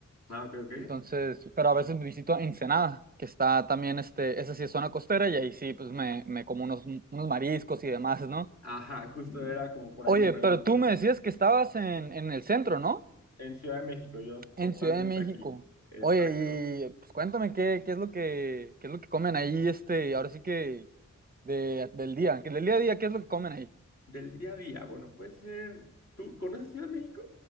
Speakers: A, on the left; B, on the right.
A: Ah, ok, ok.
B: entonces, pero a veces visito Ensenada, que está también, este, esa sí es zona costera y ahí sí, pues me, me como unos, unos mariscos y demás, ¿no?
A: Ajá, justo era como por
B: Oye,
A: ahí mi pregunta,
B: pero tú
A: ¿no?
B: me decías que estabas en, en el centro, ¿no?
A: En Ciudad de México, yo
B: en
A: totalmente
B: Ciudad de México.
A: aquí. Exacto.
B: Oye, y pues cuéntame qué, qué es lo que, qué es lo que comen ahí, este, ahora sí que de, del día, que del día a día, ¿qué es lo que comen ahí?
A: Del día a día, bueno, puede ser. ¿Tú conoces Ciudad de México?